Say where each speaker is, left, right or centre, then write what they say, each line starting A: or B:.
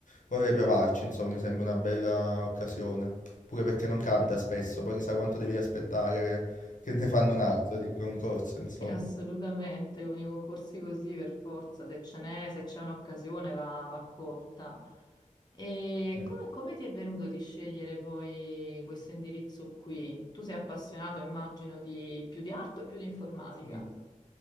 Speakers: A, on the left; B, on the left.
A: vorrei provarci, insomma, mi sembra una bella occasione. Pure perché non capita spesso, poi chissà quanto devi aspettare che ne fanno un altro di concorso, insomma.
B: Sì, assolutamente, con i concorsi così per forza, se ce n'è, se c'è un'occasione va, va colta. E
A: Eh.
B: come, come ti è venuto di scegliere poi questo indirizzo qui? Tu sei appassionato, immagino, di più di arte o più di informatica?
A: Sì.